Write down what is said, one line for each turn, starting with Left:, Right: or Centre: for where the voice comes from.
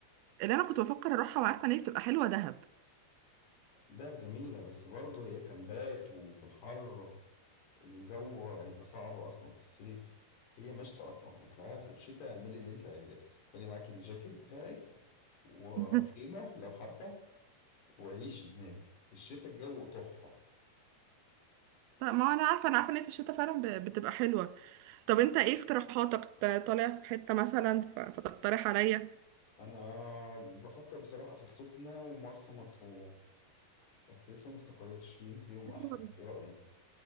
Right: اللي انا كنت بفكر اروحها وعارفة ان هي بتبقى حلوة دهب
Left: ده جميلة بس برضه هي كامبات وفي الحر الجو هيبقى صعب اصلا في الصيف هي مشتى اصلا اطلعيها في الشتاء اعملي اللي انت عايزاه خدي معاكي الجاكيت بتاعك وخيمة
Right: <laughs>
Left: لو حابة وعيشي هناك في الشتاء الجو تحفة
Right: طب ما هو انا عارفه انا عارفه ان هي في الشتاء فعلا ب- بتبقى حلوه طب انت ايه اقتراحاتك ت- طالع في حته مثلا ف- فتقترح عليا
Left: أنا بفكر بصراحة في السخنة ومرسى مطروح بس لسه ما استقرتش مين فيهم
Right: <laughs>
Left: أحلى
Right: حلوة بس
Left: إيه رأيك؟